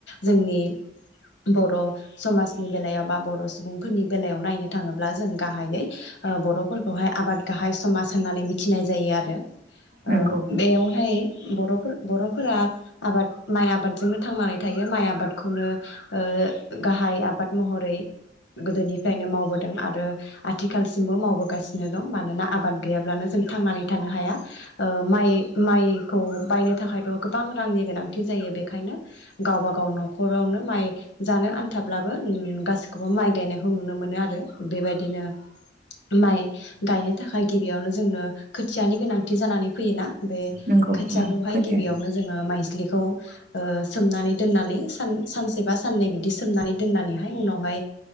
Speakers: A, on the left (about 75°); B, on the right (about 45°).
A: जोंनि बर' समाजनि बेलायाव बा बर' सुबुंफोरनि बेलायाव नायनो थाङोब्ला जों गाहायै ओ बर'फोरखौहाय आबाद गाहाय समाज होननानै मिथिनाय जायो आरो ओ
B: नंगौ
A: बेयावहाय बर'फोर बर'फोरा आबाद माइ आबादजोंनो थांनानै थायो माइ आबादखौनो ओ गाहाय आबाद महरै गोदोनिफ्रायनो मावबोदों आरो आथिखालसिमबो मावबोगासिनो दं मानोना आबाद गैयाब्लानो जों थांनानै थानो हाया ओ माइ माइखौ बायनो थाखायथ' गोबां रांनि गोनांथि जायो बेखायनो गावबा गाव न'खरावनो माइ जानो आन्थाब्लाबो उम गासिखौबो माइ गायनायखौ नुनो मोनो आरो बेबायदिनो माइ गायनो थाखाय गिबियावनो जोंनो खोथियानि गोनांथि जानानै फैयोना बे
B: नंगौ
A: खोथियाखौहाय
B: नंगौ खोथिया
A: गिबियावनो माइज्लिखौ सोमनानै दोननानै ओ सानसे बा साननै बिदि सोमनानै दोननानैहाय उनावहाय